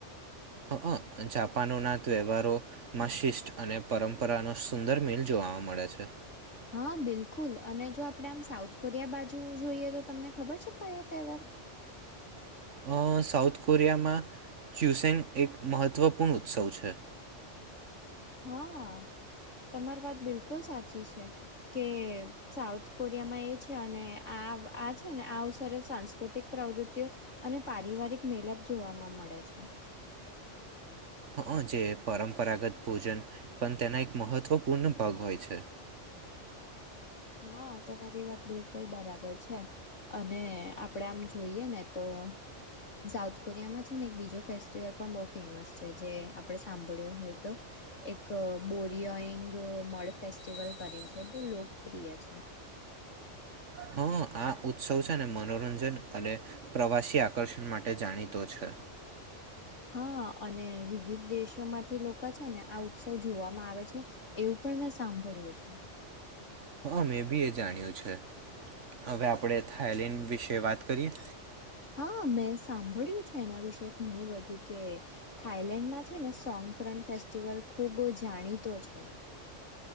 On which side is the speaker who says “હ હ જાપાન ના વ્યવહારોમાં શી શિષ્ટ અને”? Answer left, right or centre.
Right